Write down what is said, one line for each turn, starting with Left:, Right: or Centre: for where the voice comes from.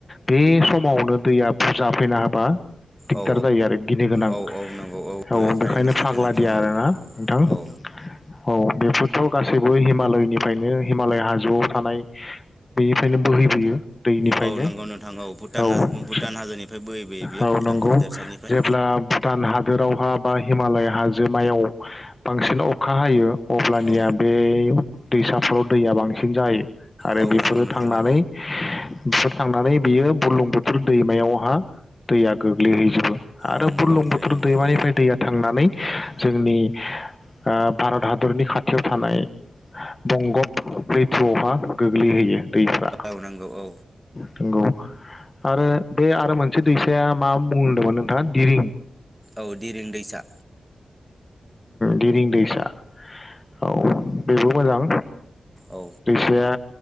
Left: बे सम समावनो दैया बुजा फैना होबा दिगदार
Centre: औ
Left: जायो आरो गिनो गोनां
Centre: औ औ नंगौ
Left: औ
Centre: बेयो थारैनो
Left: बेखायनो
Centre: सैथो
Left: फाग्ला
Centre: नोंथां
Left: दिया
Centre: औ
Left: आरोना नोंथां
Centre: औ
Left: औ बेफोरथ' गासैबो हिमालयनि ओमफ्रायनो हिमालय हाजोआव थानाय बेनिफ्रायनो बोहैबोयो दैनिफ्रायनो
Centre: औ नोंगौ नोंथां औ भुटान
Left: औ
Centre: भुटान हाजोनिफ्राय बोहैबोयो बेयो।
Left: औ
Centre: भुटान
Left: नंगौ
Centre: हादोरसानिफ्राय
Left: जेब्ला भुटान हादोराव हा बा हिमालय हाजोमायाव बांसिन अखा हायो। अब्लानिया
Centre: औ
Left: बे दैसा बिफोराव दैया बांसिन जायो। आरो
Centre: औ
Left: बेफोरो
Centre: नंगौ नोंथां
Left: थांनानै
Centre: औ
Left: बेफोर थांनानै बियो बुरलुंबुथोर दैमायाव हा दैया गोग्लैजोबो। आरो
Centre: औ नंगौ
Left: बुरलुं
Centre: थारैनो
Left: बोथोर
Centre: नंगौ
Left: दैमानिफ्राय
Centre: औ
Left: दैया थांनानै जोंनि ओ भारत हादरनि खाथियाव थानाय बंगभ लैथोआवहा गोग्लैहैयो। दैफ्रा
Centre: औ नंगौ औ
Left: नोंगौ आरो बे आरो मोनसे बे दैसाया मा मुं होनदोंमोन नोंथाङा दिरिं
Centre: औ दिरं दैसा
Left: दिरिं दैसा औ बेबो मोजां।
Centre: औ
Left: दैसाया